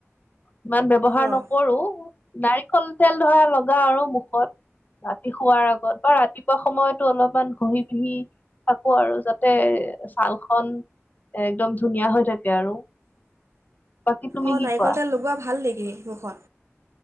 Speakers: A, on the left; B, on the right.
A: ইমান ব্যৱহাৰ
B: অঁ
A: নকৰো। নাৰিকল তেল ধৰা লগাও আৰু মুখত ৰাতি শোৱাৰ আগত বা ৰাতিপুৱা সময়তো অলপমান ঘহি বিহি থাকো আৰু যাতে ছাল খন একদম ধুনীয়া হৈ থাকে আৰু। বাকী তুমি
B: অঁ
A: কি
B: নাৰিকল
A: কোৱা
B: তেল লগোৱা ভাল নেকি মুখত?